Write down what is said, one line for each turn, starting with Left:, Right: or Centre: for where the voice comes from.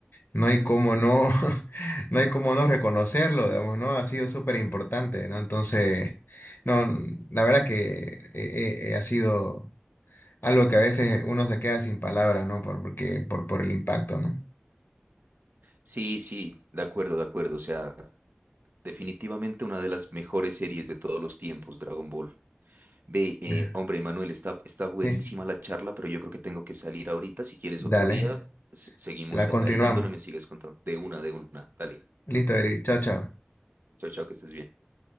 Left: no hay cómo no, <laughs> no hay cómo no reconocerlo, digamos, ¿no? Ha sido súper importante, ¿no? Entonces, no, la verdad que eh, eh, eh, ha sido. Algo que a veces uno se queda sin palabras, ¿no? Por, porque, por, por el impacto, ¿no?
Right: Sí, sí, de acuerdo, de acuerdo. O sea, definitivamente una de las mejores series de todos los tiempos, Dragon Ball. Ve, eh,
Left: Ya,
Right: hombre, Manuel, está, está buenísima
Left: Sí,
Right: la charla, pero yo creo que tengo que salir ahorita. Si quieres
Left: dale,
Right: otro día, se- seguimos
Left: la
Right: ahí
Left: continuamos.
Right: ahí dándole, me sigues contando. De una, de una. Dale.
Left: Listo, Eric, chao, chao.
Right: Chao, chao, que estés bien.